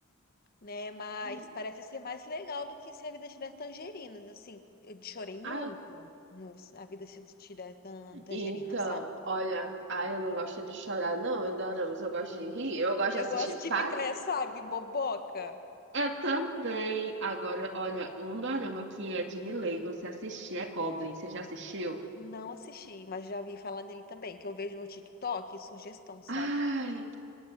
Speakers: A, on the left; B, on the right.
A: né? Mas
B: Hum.
A: parece ser mais legal do que Se a Vida Te Der Tangerinas, assim. Eu chorei muito
B: Ah,
A: no A Vida Te Der Tan- Tangerinas,
B: então,
A: sabe?
B: olha, ah, eu não gosto de chorar, não, em doramas, eu gosto de rir, eu gosto
A: Eu
B: de assistir
A: gosto de
B: Pare.
A: ficar, sabe, boboca.
B: Eu também. Agora, olha, um dorama que é de lei, você assistir é Goblin, você já assistiu?
A: Não assisti, mas já vi falar nele também, que eu vejo no TikTok, sugestão, sabe?
B: Ai,